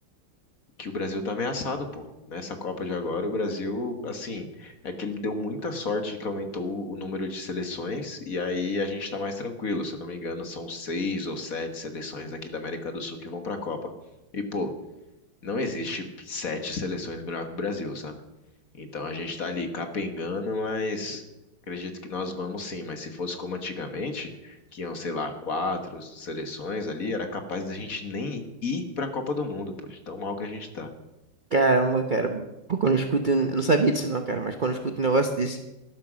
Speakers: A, on the left; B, on the right.
A: que o Brasil tá ameaçado, pô. Nessa Copa de agora, o Brasil, assim, é que ele deu muita sorte de que aumentou o o número de seleções, e aí a gente tá mais tranquilo. Se eu não me engano, são seis ou sete seleções aqui da América do Sul que vão pra Copa. E, pô, não existe sete seleções melhor que o Brasil, sabe? Então a gente tá ali capengando, mas acredito que nós vamos sim. Mas se fosse como antigamente, que iam, sei lá, quatro seleções ali, era capaz da gente nem ir pra Copa do Mundo, pô, de tão mal que a gente tá.
B: Caramba, cara. Pô, quando eu escuto, eu não sabia disso, não, cara, mas quando eu escuto um negócio desse,